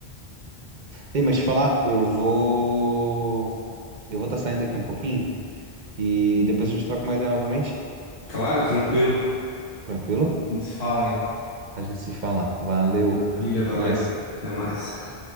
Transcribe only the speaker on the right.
Ei, mas te falar, eu vou. Eu vou estar saindo aqui um pouquinho e depois a gente troca uma ideia novamente.
Tranquilo?
A gente se fala. Valeu.
Até mais.